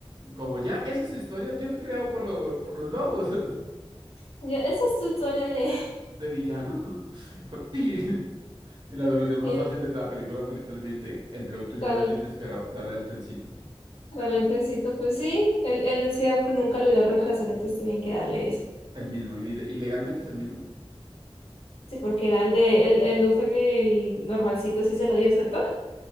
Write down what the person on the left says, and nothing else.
Ya, esa es tu historia de,
de
tal
Vale, el trencito, pues sí, él, él decía, pues nunca lo iba a reemplazar, entonces tenían que darle ese.
Sí, porque era el de, el, el Duffel, el normalcito, sí se lo dio, ¿cierto?